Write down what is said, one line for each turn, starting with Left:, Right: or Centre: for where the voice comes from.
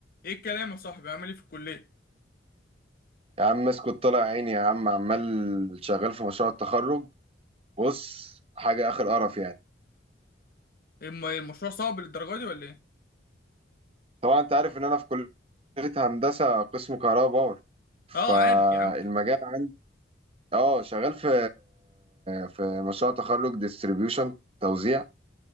Left: ايه الكلام يا صاحبي عامل ايه في الكليه
Right: يا عم اسكت طلع عيني يا عم عمال شغال في مشروع التخرج بص حاجة آخر قرف يعني
Left: إيه الم- إيه المشروع صعب للدرجه دي ولا ايه
Right: طبعا انت عارف ان انا في كلية هندسة قسم كهرباء باور فالمجال
Left: اه عارف يا عم
Right: عندي اه شغال في في مشروع تخرج ديستريبيوشن توزيع